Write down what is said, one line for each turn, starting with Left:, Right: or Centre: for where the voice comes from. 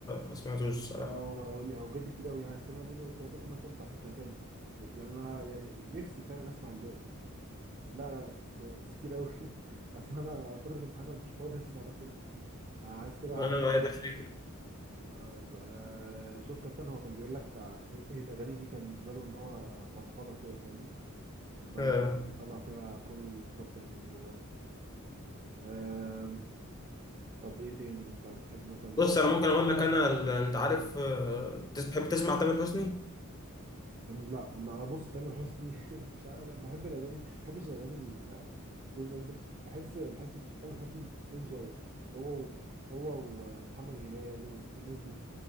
Left: ما سمعتوش الصراحه
Right: آه، يعني بجد كتير قوي يعني سامع منه لغاية مثلا بتاع ست أغاني يعني أنا يعني نفسي فعلا أسمع الباقي بس لا لا لا، بس بس كتير قوي <laughs> بس أنا فترة امتحانات أنا مش فاضي أسمع ده كله عايز كده
Left: انا
Right: أفضل
Left: ما ده فكره
Right: طيب، آه، يبقى شفت استنى هو كان بيقول لك ع- ايه إيه الاغاني دي كان بالنسبه له ان هو فضفضه كده فاهمني اللي هو
Left: آه.
Right: بي- يعني بيطلع فيها كل الكبت اللي جواه آم، طب ايه تاني انت بتحب مثلا
Left: بص
Right: آه،
Left: انا ممكن اقول لك انا ال- انت عارف آه، تس- بتحب تسمع تامر حسني؟
Right: تامر- لا ما بص تامر حسني <laughs> مش عارف لا بحب الاغاني ما بحبش الاغاني ال- ال- بحس بحس تامر حسني رينج قوي هو و- هو ومحمد هلال والناس دي